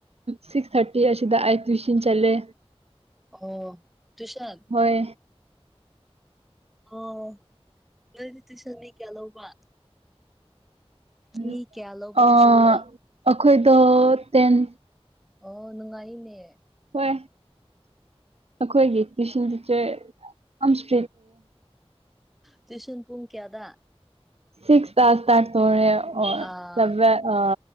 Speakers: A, on the right; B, in the centre.
A: ꯁꯤꯛꯁ ꯊꯔꯇꯤ ꯑꯁꯤꯗ ꯑꯩ ꯇꯨꯢꯁꯟ ꯆꯠꯂꯦ
B: ꯑꯣ ꯇꯨꯏꯁꯟ
A: ꯍꯣꯏ
B: ꯑꯣ ꯅꯣꯢꯗꯤ ꯇꯨꯢꯁꯟ ꯃꯤ ꯀꯌꯥ ꯂꯧꯕ
A: ꯑꯣ
B: ꯃꯤ ꯀꯌꯥ ꯂꯧꯕ ꯇꯨꯏꯁꯟꯗꯣ
A: ꯑꯩꯈꯣꯏꯗꯣ ꯇꯦꯟ
B: ꯑꯣ ꯅꯨꯡꯉꯥꯏꯅꯦ
A: ꯍꯣꯏ ꯑꯩꯈꯣꯏꯒꯤ ꯇ꯭ꯋꯨꯁꯟ ꯇꯤꯆꯔ ꯑꯁ
B: ꯇꯨꯏꯁꯟ ꯄꯨꯡ ꯀꯌꯥꯗ
A: ꯁꯤꯛꯁꯇ ꯏꯁꯇꯥꯔꯠ ꯇꯩꯔ ꯊꯣꯛꯔꯦ
B: ꯑꯥ
A: ꯁꯕꯦꯟ ꯑꯣ